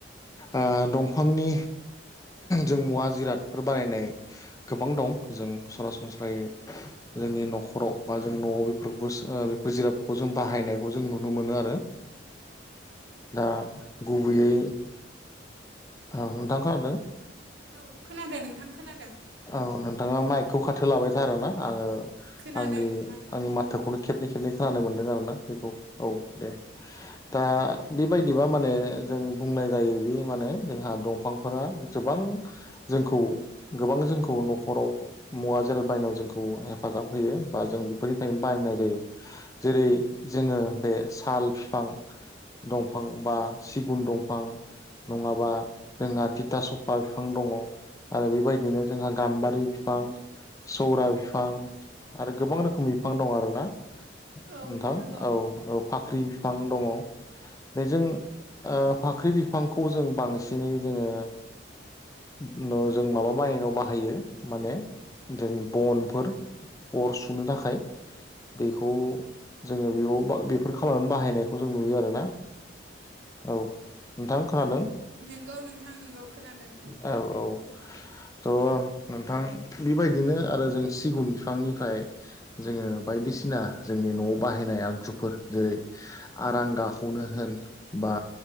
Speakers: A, on the left; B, on the right.
A: आ दंफांनि। जों मुवा जिरादफोर बानायनाय गोबां दं जों सरासनस्रायै। जोंनि नखराव बा जों नआव बेफोरखौ बेफोर जिरादफोरखौ जों बाहायनायखौ जों नुनो मोनो आरो। दा गुबैयै औ नोंथां खोनादों।
B: औ खोनादों नोंथां खोनादों।
A: औ नोंथाङा माइकखौ खाथो लाबायथारोना आङो
B: खोनादों
A: आंनि
B: नोंथां
A: आंनि माथोखौनो। खेबनै खेबनै खोनानो मोनदों आरोना बेखौ औ दे दा बेबाय एबा माने जों बुंनाय जायोदि माने जोंहा दंफांफोरा गोबां जोंखौ गोबां जोंखौ न'खराव मुवा जिराद बायनायाव जोंखौ हेफाजाब होयो बा जों बेफोरनिफ्रायनो बायनाय जायो जेरै जोङो बे साल बिफां दंफां बा सिगुन दंफां नङाबा जोंहा थिथा सफा बिफां दङ आरो बेबायद बिदिनो जोंहा गाम्बारि बिफां सौरा बिफां आरो गोबां रोख <unintelligible> बिफां दं आरोना नोंथां
B: औ नोंथां
A: औ औ फाख्रि बिफां दङ बेजों ओ फाख्रि बिफांखौ जों बांसिनै जोङो <unintelligible> जों माबा बायनायाव बाहायो माने जों बनफोर अर सुनो थाखाय
B: थाखाय
A: बेखौ जोङो बेयाव बेफोर खामा <unintelligible> बाहायनायखौ जों नुयो आरोना औ नोंथां खोनादों
B: नोंगौ नोंथां नोंगौ खोनादों
A: औ औ थ' नोंथां बेबायदिनो आरो जों सिगुन बिफांनिफ्राय जोङो बायदिसिना जोंनि न'आव बाहायनाय आगजु फोर जेरै आरांगा खौनो होन बा